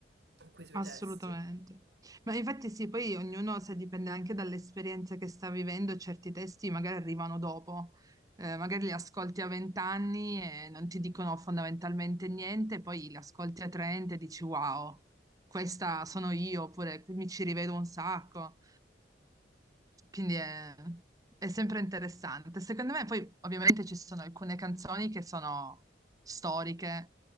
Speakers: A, on the right; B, on the right.
A: in quei suoi
B: Assolutamente.
A: testi.
B: Ma infatti sì, poi ognuno, se dipende anche dall'esperienza che sta vivendo, certi testi magari arrivano dopo, Eh, magari li ascolti a 20 anni e non ti dicono fondamentalmente niente, poi li ascolti a 30 e dici wow, questa sono io, oppure mi ci rivedo un sacco. Quindi è, è sempre interessante. Secondo me, poi ovviamente ci sono alcune canzoni che sono storiche